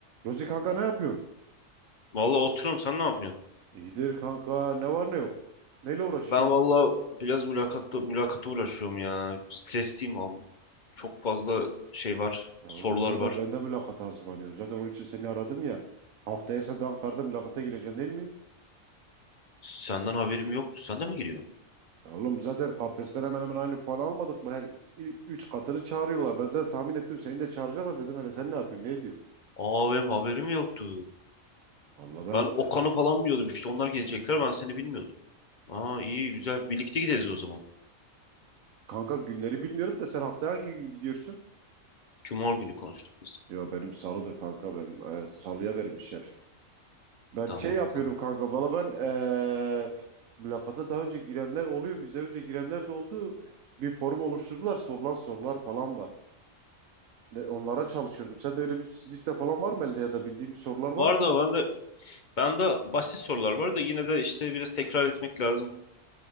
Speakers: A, on the right; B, on the left.
A: Rozi kanka ne yapıyorsun?
B: Vallahi oturuyorum sen ne yapıyorsun?
A: İyidir kanka ne var ne yok. Neyle uğraşıyorsun?
B: Ben vallahi biraz mülakatta mülakata uğraşıyorum ya. Stresliyim abi. Çok fazla şey var.
A: Ya
B: Sorular
A: oğlum ben
B: var.
A: de ben de mülakata hazırlanıyorum. Zaten onun için seni aradım ya. Haftaya sen de Ankara'da mülakata gireceksin değil mi?
B: Senden haberim yoktu. Sen de mi giriyorsun?
A: Ya oğlum zaten KPSS'den hemen hemen aynı puan almadık mı? Her il- üç katını çağırıyorlar. Ben zaten tahmin ettim seni de çağıracaklar dedim hele sen ne yapıyorsun ne ediyorsun?
B: Aa benim haberim yoktu.
A: Valla ben
B: Ben Okan'ı
A: e,
B: falan biliyordum işte. Onlar gelecekler ben seni bilmiyordum. Aa iyi güzel. Birlikte gideriz o zaman.
A: kanka günleri bilmiyorum da sen haftaya hangi gün gidiyorsun?
B: Cuma günü konuştuk biz.
A: Yo benim salıdır kanka benim e, salıya vermişler. Ben
B: Tamam
A: şey yapıyordum
B: tamam.
A: kanka. Valla ben eee mülakata daha önce girenler oluyor. Bizden önce girenler de oldu. Bir forum oluşturdular. Sorulan sorular falan var. Ne- onlara çalışıyordum. Sen de öyle bir liste falan var mı elinde ya da bildiğin bir sorular var
B: Var
A: mı?
B: da ben de ben de basit sorular var da yine de işte biraz tekrar etmek lazım.